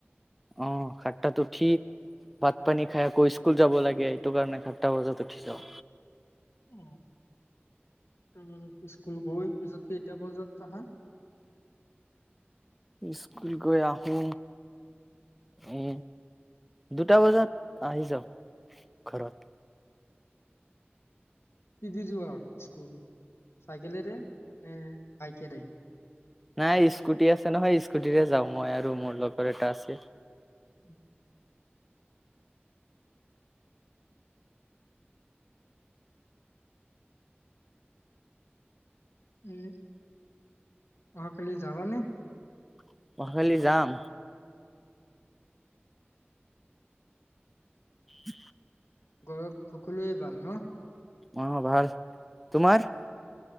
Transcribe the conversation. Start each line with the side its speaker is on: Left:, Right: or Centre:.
Centre: অ', সাতটাত উঠি ভাত পানী খাই আকৌ স্কুল যাব লাগে, এইটো কাৰণে সাতটা বজাত উঠি যাওঁ।
Left: আহ তাৰপছ স্কুল গৈ পিছত এতিয়া পৰ্যন্ত আহা
Centre: স্কুল গৈ আহো এ দুটা বজাত আহি যাওঁ ঘৰত
Left: কি দি যোৱা স্কুল, চাইকেলেৰে নে বাইকেৰে?
Centre: নাই স্কুটি আছে নহয়, স্কুটিৰে যাওঁ মই আৰু মোৰ লগৰ এটা আছে।
Left: উম এ অহাকালি যাবানে
Centre: <unintelligible> খালি যাম। উ
Left: ঘৰত সকলোৰে ভাল ন?
Centre: অ ভাল তোমাৰ